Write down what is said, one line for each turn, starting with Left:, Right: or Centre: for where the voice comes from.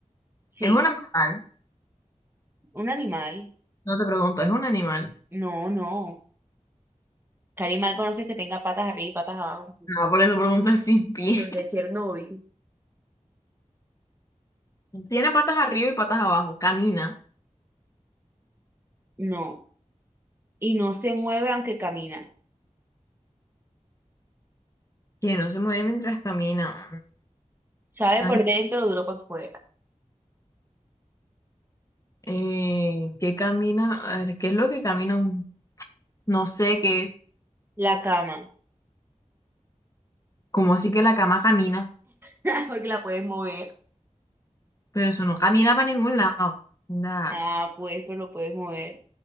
Right: Sí,
Left: Es un animal.
Right: un animal.
Left: No te pregunto, es un animal.
Right: No, no. ¿Qué animal conoces que tenga patas arriba y patas abajo?
Left: Ah, por eso pregunto el sin pie.
Right: Los de Chernóbil.
Left: <laughs> Tiene patas arriba y patas abajo. Camina.
Right: No. Y no se mueve aunque camina.
Left: Que no se mueve mientras camina.
Right: Sabe
Left: Ay,
Right: por dentro, duro por fuera.
Left: eh, ¿qué camina? A ver, ¿qué es lo que camina? un- No sé qué es.
Right: La cama.
Left: Como así que la cama camina.
Right: <laughs> Porque la puedes mover.
Left: Pero eso no camina para ningún lado. nada
Right: Ah, pues, pero lo puedes mover.